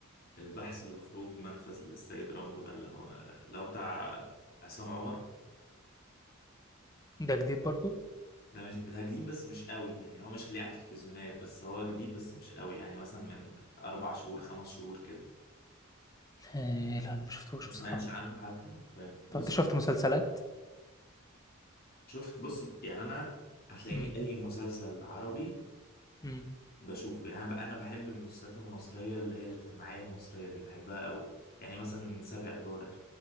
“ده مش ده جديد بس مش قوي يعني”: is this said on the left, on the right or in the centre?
Left